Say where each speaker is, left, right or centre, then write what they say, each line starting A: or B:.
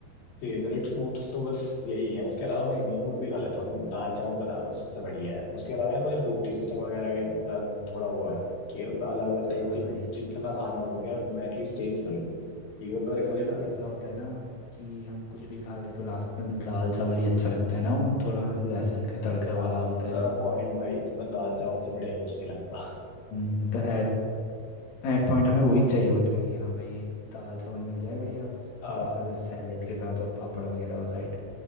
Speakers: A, on the left (about 80°); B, on the left (about 60°).
A: फेवरेट फूड्स तो बस यही है उसके अलावा मैं इंडियन फूड भी खा लेता हूँ दाल चावल बना लो सबसे बढ़िया है उसके अलावा यार मुझे फूड टेस्टिंग वगैरह का अ, थोड़ा हुआ है कि अलग अलग
B: हाँ
A: टाइप के
B: भाई
A: जितना खाना हो सके मैं एटलीस्ट टेस्ट कर लूँ इवन तो लाइक मुझे
B: कभी कभी ऐसा होता है ना कि हम कुछ भी खा ले तो लास्ट में दाल चावल ही अच्छा लगता है ना वो थोड़ा लहसुन का तड़का वाला
A: आफ्टर
B: होता है जो
A: पॉइंट भाई तुम्हें दाल चावल से बढ़िया कुछ नहीं लगता
B: हम्म, तो एट एट पॉइंट हमें वही चाहिए होता है कि हाँ भाई दाल चावल मिल जाए बढ़िया
A: आ,
B: थोड़ा सा सैलेड के साथ और पापड़ वगैरह हो साइड